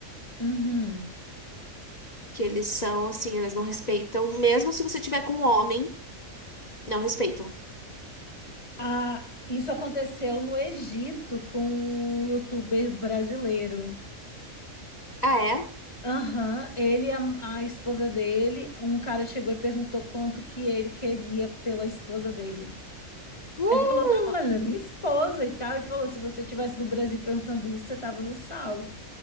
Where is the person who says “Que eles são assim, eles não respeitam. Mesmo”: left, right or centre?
Left